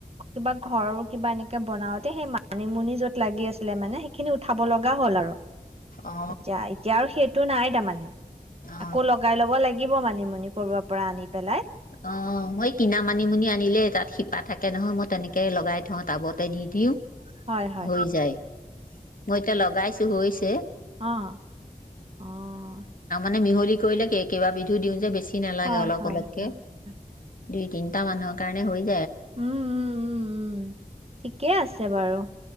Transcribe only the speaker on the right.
কিবা ঘৰ কিবা এনেকাে বনাওতে সেই মানিমুনি যত লাগি আছিলে মানে সেইখিনি উঠাব লগা হ'ল আৰু,
এতিয়া, এতিয়া আৰু সেইটো। তটো নাই তাৰ মমানে <unintelligible>
আৌ লগাই ল'ব লাগিব'। লাগিব মানিমুনি কৰাৰ পৰা আনি পেলাই,।
হয় হয়
আহ আহ
হয়
হয় হয় হয়
উম- উম- উম- উম ঠিকেই আছে বাৰু'।